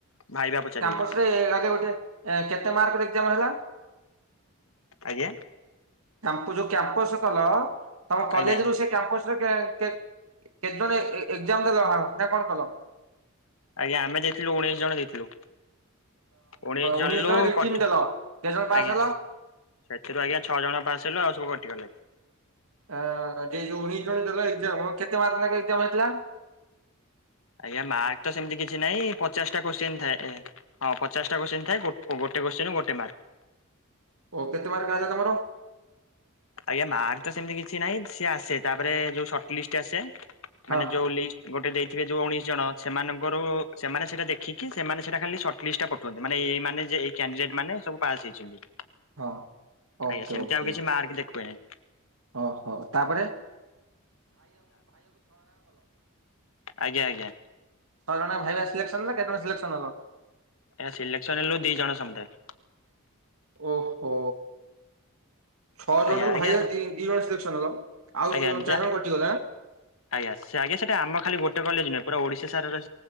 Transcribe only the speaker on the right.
କାମ୍ପସ୍ ରେ ଆଗେ ଗୋଟେ କେତେ ମାର୍କ ର ଏକ୍ଜାମ୍ ହେଲା?
<unintelligible> ଯୋଉ କ୍ୟାମ୍ପସ କଲ, ତମ କଲେଜ୍
ରୁ <inaudible> କ୍ୟାମ୍ପସ୍ ରେ କେ-କେ କେତେ ଜଣ ଏ ଏକ୍ଜାମ୍ ଦେଲ ନା କଣ କଲ?
ଉଣେଇଶ ଜଣ
ରିଟିନ ଦେଲ କେତେ ଜଣ ପାସ୍ ହେଲ?
ଅ ଯେ ଯୋଉ ଇଣ୍ଟରଭିଉ ଦେଲ ଏକ୍ଜାମ୍ କେତେ ମାର୍କ ନେଖା ଏକ୍ଜାମ୍ ହେଇଥିଲା?
ଓ କେତେ ମାର୍କ ଆଇଲା ତମର?
ହଁ
ହଁ ଓକେ
ଓକେ
ଓକେ
ଓହୋ ତାପରେ
ଛଅ ଜଣ ଭାଇବା ସିଲେକ୍ସନ ନା କେତେ ଜଣ ସିଲେକ୍ସନ?
ଓହୋ ଛଅ ଜଣରୁୁ
ଭାଇବା ଦି ଜଣ ସିଲେକ୍ସନ୍ ହେଲ? ଆଉ
ଚାରି ଜଣ କଟିଗଲେ ଆଁ?